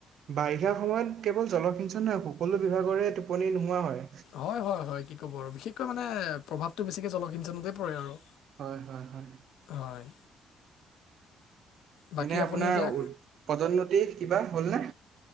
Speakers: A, on the right; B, on the left.
A: বাৰিষা সময়ত কেৱল জলসিঞ্চন নহয়, সকলো বিভাগৰে টোপনি নোহোৱাা হয়।
B: হয়', হয়', হয়', কি ক'ব আৰু বিশেষকৈ মানে প্ৰভাৱতটো বেছিকে জলসিঞ্চনতে পৰে আৰু।
A: হয়', হয়', হয়',
B: হয় বাকী
A: এনে
B: আপুনি
A: আপোনাৰ
B: এতিয়া
A: প্ৰদন্নতি কিবা হল নে?